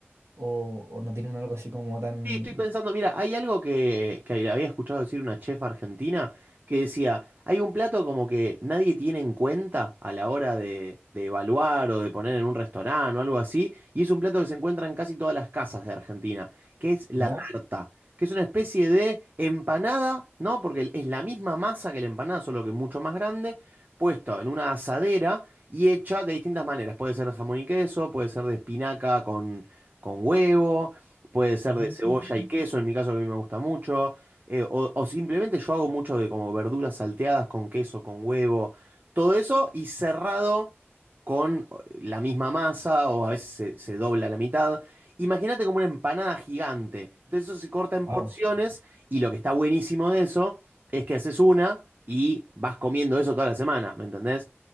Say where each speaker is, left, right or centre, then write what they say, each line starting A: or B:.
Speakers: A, on the right (about 75°); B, on the right (about 40°).
A: O, o no tienen algo así como tan...
B: Sí, estoy pensando, mira, hay algo que, que había escuchado decir una chef argentina que decía, hay un plato como que nadie tiene en cuenta a la hora de, de evaluar o de poner en un restaurante o algo así, y es un plato que se encuentra en casi todas las casas de Argentina, que es la
A: ¿Ya?
B: tarta, que es una especie de empanada, ¿no? Porque es la misma masa que la empanada, solo que mucho más grande, puesto en una asadera y hecha de distintas maneras. Puede ser de jamón y queso, puede ser de espinaca con, con huevo. Puede ser
A: <laughs>
B: de cebolla y queso, en mi caso que a mí me gusta mucho. eh, o, o simplemente yo hago mucho de como verduras salteadas con queso, con huevo, todo eso y cerrado con la misma masa o a veces se, se dobla la mitad. Imagínate como una empanada gigante. Entonces eso se corta en
A: Wow.
B: porciones y lo que está buenísimo de eso es que haces una y vas comiendo eso toda la semana, ¿me entendés?